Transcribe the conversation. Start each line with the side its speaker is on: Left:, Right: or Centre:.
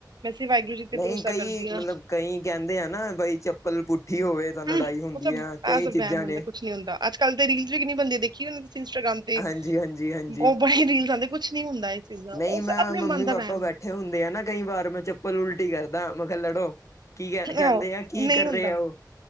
Right: ਬਸ ਵਾਹਿਗੁਰੂ ਜੀ ਤੇ
Left: ਨਹੀਂ
Right: ਭਰੋਸਾ
Left: ਕਈ
Right: ਕਰਦੀ ਹਾਂ
Left: ਮਤਲਬ ਕਈ ਕਹਿੰਦੇ ਆ ਨਾ ਬਈ ਚੱਪਲ ਪੁੱਠੀ ਹੋਵੇ ਤਾਂ ਲੜਾਈ
Right: ਹੂੰ,
Left: ਹੁੰਦੀ
Right: ਉਹ ਸਭ
Left: ਐ।
Right: ਇਹ
Left: ਕਈ
Right: ਸਭ
Left: ਚੀਜ਼ਾਂ
Right: ਵਹਿਮ ਹੁੰਦਾ
Left: ਨੇ।
Right: ਕੁਛ ਹੁੰਦਾ ਅੱਜ ਕੱਲ ਤੇ ਰੀਲਜ਼ ਵੀ ਕਿੰਨੇ ਬਣਦੇ ਦੇਖੀ ਦੀਆਂ ਇੰਟਾਗ੍ਰਾਮ ਤੇ
Left: ਹਾਂਜੀ ਹਾਂਜੀ ਹਾਂਜੀ।
Right: ਉਹ ਬੜੇ ਰੀਲਜ਼ ਆਂਦੇ। ਕੁਛ ਨੀ ਹੁੰਦਾ। ਚੀਜ਼ ਦਾ
Left: ਨਹੀਂ
Right: ਉਹ
Left: ਮੈਂ
Right: ਸ- ਆਪਣੇ
Left: ਮੰਮੀ
Right: ਮਨ ਦਾ
Left: ਪਾਪਾ
Right: ਵਹਿਮ
Left: ਬੈਠੇ
Right: ਹੈ
Left: ਹੁੰਦੇ ਆ ਨਾ ਕਈ ਵਾਰ ਮੈਂ ਚੱਪਲ ਉਲਟੀ ਕਰਦਾ ਮੈਂ ਕਿਹਾ ਲੜੋ। ਕੀ ਕਹ ਕਹਿੰਦੇ
Right: ਆਹੋ,
Left: ਆ ਕੀ
Right: ਨਹੀਂ
Left: ਕਰ
Right: ਹੁੰਦਾ
Left: ਰਿਹਾ ਉਹ